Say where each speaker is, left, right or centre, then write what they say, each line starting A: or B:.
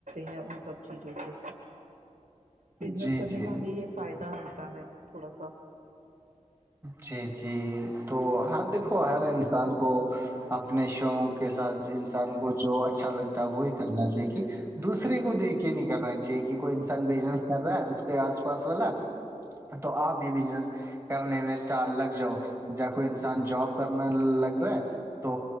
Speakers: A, on the right (about 75°); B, on the right (about 20°).
A: ہیں ان سب چیزوں سے بزنس
B: جی
A: کرنے
B: جی
A: کا ہمیں یہ فائدہ ہوتا ہے تھوڑا سا
B: جی جی تو ہر دے دیکھو ہر انسان کو اپنے شوق کے ساتھ انسان کو جو اچھا لگتا ہے وہی کرنا چاہیے کہ دوسرے کو دیکھے یہ نہیں کرنا چاہیے کہ کوئی انسان بزنس کر رہا ہے اس کے اس پاس والا تو ا بھی بزنس کرنے میں اسٹار لگ جاؤ جب کوئی انسان جاب کرنا لگ رہا ہے تو